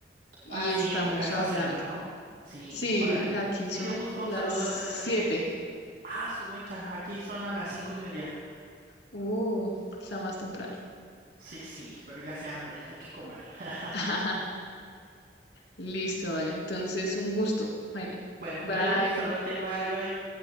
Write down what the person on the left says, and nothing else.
y
estamos
hablando.
Sí,
aquí
son
las
siete.
Uh, está más temprano.
<laughs> Listo, vale. Entonces, un gusto, Jaime.
Bye.